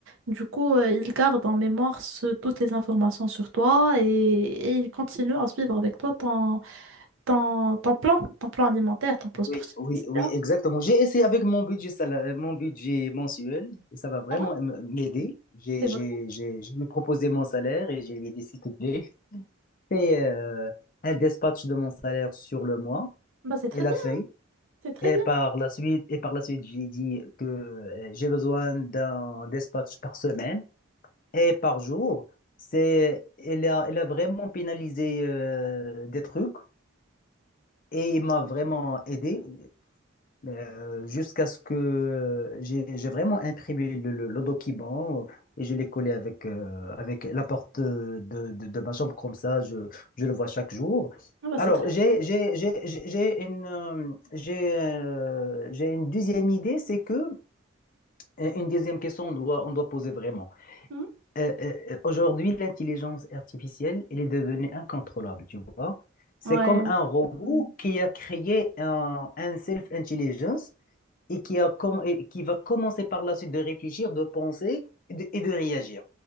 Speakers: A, on the right; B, on the left.
A: Du coup, euh, il garde en mémoire ce- toutes les informations sur toi et, et il continue à suivre avec toi ton, ton, ton plan, ton plan alimentaire, ton plan sportif,
B: Oui, oui,
A: etc.
B: oui, exactement. J'ai essayé avec mon budget, sala- mon budget mensuel et ça va vraiment
A: Ah,
B: m- m'aider. J'ai,
A: c'est
B: j'ai,
A: vrai.
B: j'ai, je me ai proposé mon salaire et je lui ai dit, s'il te plaît, fais euh, un dispatch de mon salaire sur le mois.
A: Bah, c'est très
B: Elle
A: bien,
B: a fait.
A: c'est très
B: Et
A: bien.
B: par la suite, et par la suite, j'ai dit que euh, j'ai besoin d'un dispatch par semaine et par jour. C'est, elle a, elle a vraiment pénalisé euh, des trucs et il m'a vraiment aidé. Mais, euh, jusqu'à ce que euh, j'ai j'ai vraiment imprimé le, le- le document euh, et je l'ai collé avec, euh, avec la porte euh, de, de, de ma chambre, comme ça, je, je le vois chaque jour.
A: Ah, Bah,
B: Alors,
A: c'est très
B: j'ai j'ai- j'ai- j'ai- j'ai une, euh, j'ai euh, j'ai une deuxième idée, c'est que, euh, une deuxième question, on doit, on doit poser vraiment.
A: bien.
B: Euh, euh, euh, aujourd'hui, l'intelligence artificielle, elle est devenue incontrôlable, tu vois. C'est
A: Mhm. Ouais.
B: comme un robot
A: Ouais,
B: qui a créé un, un self-intelligence et qui a comm- et qui va commencer par la suite de réfléchir, de penser et de, et de réagir.